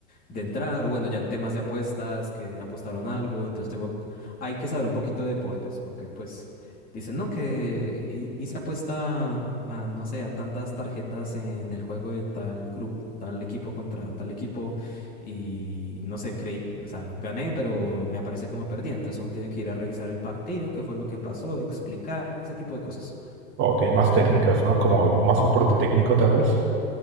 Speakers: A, on the left (about 25°); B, on the right (about 35°).
A: de entrar, o bueno, ya en temas de apuestas, que apostaron algo, entonces tengo, hay que saber un poquito de deportes, porque pues dicen, no, que hi- hice apuesta a, no sé, a tantas tarjetas en el juego de tal grupo, tal equipo contra tal equipo, y no sé, creí, o sea, gané, pero me aparece como perdí, entonces uno tiene que ir a revisar el partido, qué fue lo que pasó, explicar, ese tipo de cosas.
B: Ok, más técnicas, ¿no? Como más soporte técnico, tal vez.